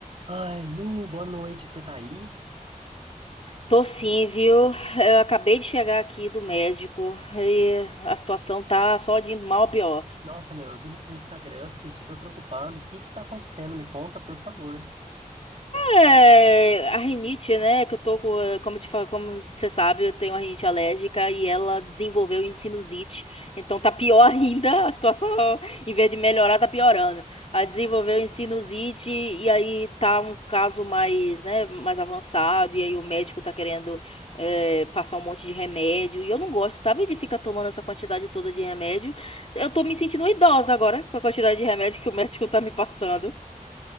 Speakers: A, on the right; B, on the left.
A: Ai, Lu, boa noite, você tá aí?
B: Tô sim, viu? Eu acabei de chegar aqui do médico e a situação tá só de indo mal a pior.
A: Nossa, meu, eu vi no seu Instagram, fiquei super preocupado. O que que tá acontecendo? Me conta, por favor.
B: É, a rinite, né? Que eu tô com, eh, como te fa- como você sabe, eu tenho uma rinite alérgica e ela desenvolveu em sinusite. Então tá pior <laughs> ainda a situação. Em vez de melhorar, tá piorando. Ela desenvolveu em sinusite e aí tá um caso mais, né, mais avançado. E aí o médico tá querendo eh, passar um monte de remédio. E eu não gosto, sabe, de ficar tomando essa quantidade toda de remédio. Eu tô me sentindo idosa agora com a quantidade de remédio que o médico tá me passando.